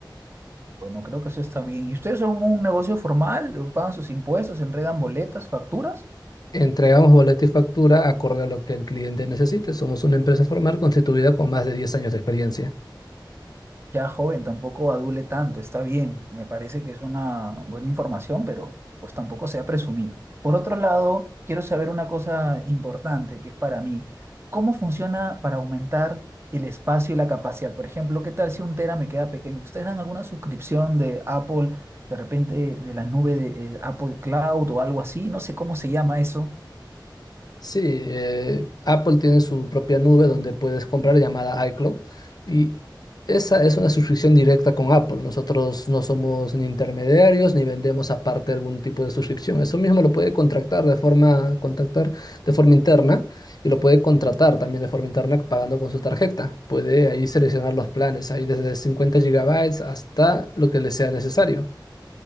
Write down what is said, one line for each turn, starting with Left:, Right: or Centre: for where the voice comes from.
Right: Bueno, creo que eso está bien. ¿Y ustedes son un negocio formal? ¿Pagan sus impuestos? ¿Entregan boletas, facturas?
Left: Entregamos boleto y factura acorde a lo que el cliente necesite. Somos una empresa formal constituida con más de 10 años de experiencia.
Right: Ya joven, tampoco adule tanto, está bien. Me parece que es una buena información, pero pues tampoco sea presumido. Por otro lado, quiero saber una cosa importante que es para mí. ¿Cómo funciona para aumentar el espacio y la capacidad? Por ejemplo, ¿qué tal si un tera me queda pequeño? ¿Ustedes dan alguna suscripción de Apple, de repente de la nube de eh, Apple Cloud o algo así? No sé cómo se llama eso.
Left: Sí, eh, Apple tiene su propia nube donde puedes comprar llamada iCloud y esa es una suscripción directa con Apple. Nosotros no somos ni intermediarios ni vendemos aparte algún tipo de suscripción. Eso mismo lo puede contratar de forma, contactar de forma interna y lo puede contratar también de forma interna pagando con su tarjeta. Puede ahí seleccionar los planes, ahí desde 50 gigabytes hasta lo que le sea necesario.